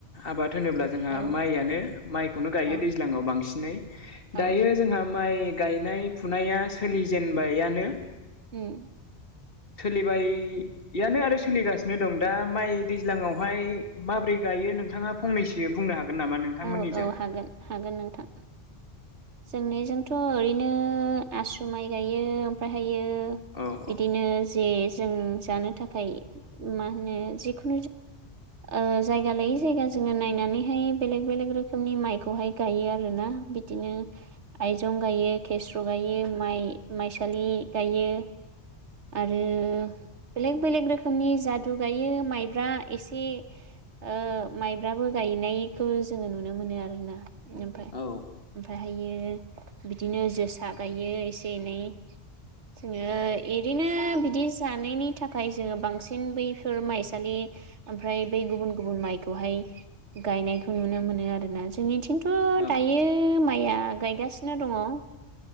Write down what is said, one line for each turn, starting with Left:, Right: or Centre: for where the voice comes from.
Left: आबाद होनोब्ला जोंहा
Right: औ
Left: माइयानो माइखौनो गायो
Right: औ
Left: दैज्लाङाव बांसिनै
Right: औ
Left: दायो जोंहा माइ गायनाय फुनाया सोलिजेनबायानो
Right: उम
Left: सोलिबायानो आरो सोलिगासिनो दं दा माइ दैज्लाङावहाय माब्रै दायो नोंथाङा फंनैसो बुंनो हागोन नामा नोंथांमोननिजों
Right: औ औ हागोन हागोन नोंथां। जोंनायजोंथ ओरैनो आसु माइ गायो ओमफ्रायहायो ओ
Left: औ
Right: बिदिनो
Left: औ
Right: जे जों जानो थाखाय मा होनो जि <unintelligible> ओ जायगा ओ लायै जायगा जोंङो नायनानैहाय बेलेक बेलेक रोखोमनि माइखौहाय गायो आरोना बिदिनो आय जं गायो खेस्र गायो माइ माइसालि गायो। आरो बेलेग बेलेग रोखोमनि जादु गायो माइब्रा एसे ओ माइब्राबो गाय गायनायखौ जोंङो नुनो मोनो आरोना ओफाय
Left: औ औ
Right: ओमफाय हायो बिदिनो जोसा गायो एसे एनै जोंङो ओरैनो बिदि जानायनि थाखाय जोंङो बांसिन बैफोर माइसालि ओमफ्राय बै गुबुन गुबुन माइखौहाय गायनायखौ नुनो मोनो आरोना जोंनिथिं थ
Left: औ
Right: दायो माइआ गायगासिनो दङ आरो